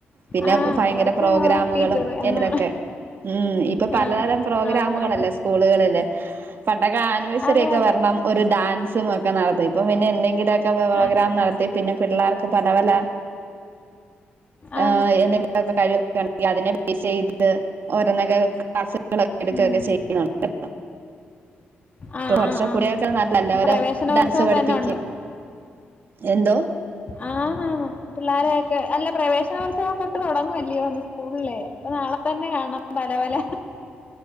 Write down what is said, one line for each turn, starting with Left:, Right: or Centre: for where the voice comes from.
Right: പിന്നെ
Left: ആഹ്
Right: ഫയങ്കര
Left: അവർക്ക്
Right: പ്രോഗ്രാമുകളും
Left: ടീച്ചർ എന്നാ
Right: എന്തൊക്കെ ഉം ഇപ്പൊ
Left: ആഹ്
Right: പലതരം പ്രോഗ്രാമുകളല്ലേ
Left: ആഹ് ആഹ്
Right: സ്കൂളുകളില് <unintelligible> ണ്ടക്കെ ആനിവേഴ്സറിയൊക്കെ
Left: അതെ അതെ
Right: വരണം ഒരു ഡാൻ സും ഒക്കെ നടത്ത ഇപ്പൊ പിന്നെ എന്തെങ്കിലൊക്കെ <unintelligible> പ്രോഗ്രാം
Left: ആയിരുന്നു
Right: നടത്തി പിന്നെ പിള്ളാർക്ക് പലപല
Left: ആന്ന്
Right: ആഹ് എന്തെങ്കിലുമൊക്കെ കാര്യം <unintelligible> <unintelligible> ഓരോന്നൊക്കെ ക്ലാസ്സ്‌കളൊക്കെ എടുക്കുകയൊക്കെ
Left: ഉം
Right: ചെയ്യുന്നുണ്ട്
Left: ആഹ്
Right: ഇപ്പൊ കുറച്ച്
Left: ആഹ് ആഹ്
Right: കുട്ടികൾക്ക് നല്ലൊരു
Left: പ്രവേശനോത്സവം
Right: ഡാൻസ് പഠിപ്പിക്കാ
Left: തന്നെ
Right: എന്തോ
Left: ആനാണ് പിള്ളോരെയൊക്കെ അല്ല പ്രവേശനോത്സവം പറ്റ് പാട്ട് തുടങ്ങുവല്ലയോ ഇന്ന് സ്കൂളില് നാളെ തന്നെ കാണാം പല പല